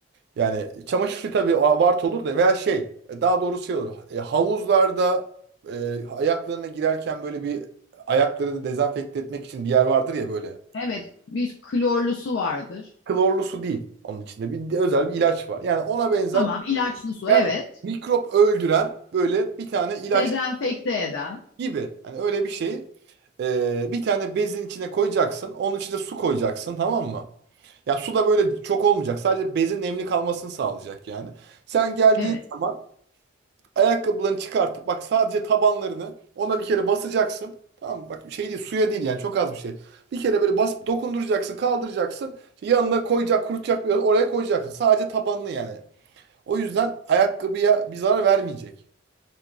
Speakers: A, on the right; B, on the left.
A: Yani çamaşır suyu tabii abartı olur da veya şey e, daha doğrusu şey olur. E, Havuzlarda e, ayaklarına girerken böyle bir ayaklarını dezenfekte etmek için bir yer vardır ya böyle.
B: Evet, bir klorlu su vardır.
A: Klorlu su değil onun içinde bir de özel bir ilaç var. Yani ona benzer
B: Tamam, ilaçlı su
A: yani
B: evet.
A: mikrop öldüren böyle bir tane ilaç
B: Dezenfekte eden.
A: gibi. Hani öyle bir şeyi e, bir tane bezin içine koyacaksın. Onun içine su koyacaksın tamam mı? Ya su da böyle çok olmayacak. Sadece bezin nemli kalmasını sağlayacak yani. Sen geldiğin
B: Evet,
A: zaman Ayakkabılarını çıkartıp bak sadece tabanlarını ona bir kere basacaksın. Tamam mı? Bak şey değil suya değil yani çok az bir şey. Bir kere böyle bas dokunduracaksın kaldıracaksın. İşte yanına koyacak kurutacak bir oraya koyacaksın. Sadece tabanını yani. O yüzden ayakkabıya bir zarar vermeyecek.